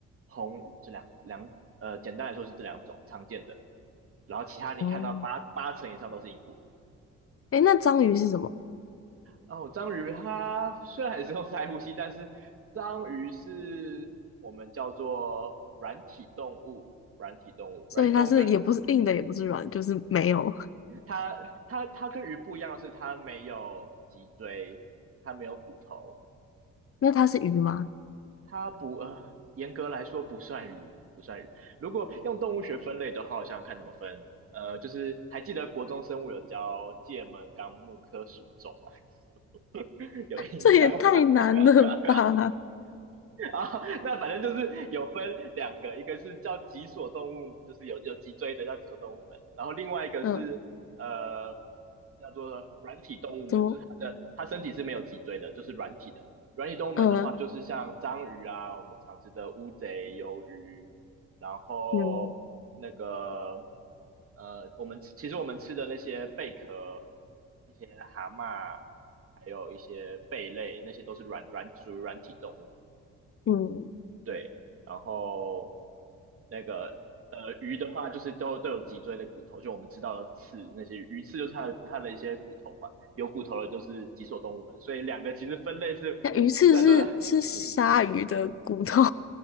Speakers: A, on the right; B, on the left.
A: 红鱼这两两呃，简单来说是这两种常见的，然后其他你看到八八成以上都是硬骨鱼。
B: 哦，诶，那章鱼是什么？
A: 然后章鱼它虽然也是用鳃呼吸，但是章鱼是我们叫做软体动物，软体动物，
B: 所以它是也不是硬的，
A: 软体动物跟
B: 也不是软，就是没有。
A: 它它它跟鱼不一样的是它没有脊椎，它没有骨头，
B: <laughs> 那它是鱼吗？
A: 它不呃，严格来说不算鱼，不算鱼。如果用动物学分类的话，我想想看怎么分。呃，就是还记得国中生物有教界门纲目科属种吗？<laughs> 有印象吗？
B: 这也太难了吧？
A: <laughs> 啊，那反正就是有分两个，一个是叫脊索动物门，就是有有脊椎的叫脊索动物门，然后另外一个是呃
B: <laughs> 嗯，
A: 叫做软体动物门，
B: 怎么？
A: 就是它的它身体是没有脊椎的，就是软体的。软体动物门的话，
B: 嗯
A: 就是像章鱼啊，我们常吃的乌贼、鱿鱼，然后那个
B: 嗯
A: 呃，我们其实我们吃的那些贝壳、一些蛤蟆。还有一些贝类，那些都是软软属于软体动物。
B: 嗯。
A: 对，然后那个呃鱼的话，就是都都有脊椎的骨头，就我们吃到的刺，那些鱼刺就是它的它的一些骨头嘛，有骨头的就是脊索动物门，所以两个其实分类是虽然都
B: 那鱼翅是是鲨鱼的骨头，
A: <laughs> 嗯